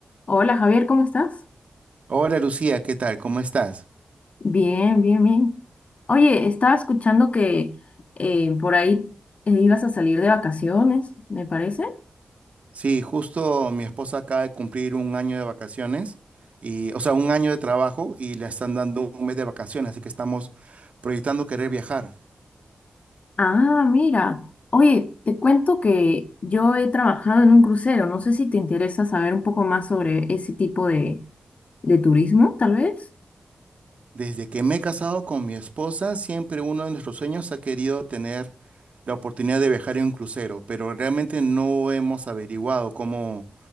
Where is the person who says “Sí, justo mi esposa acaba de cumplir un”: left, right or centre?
Right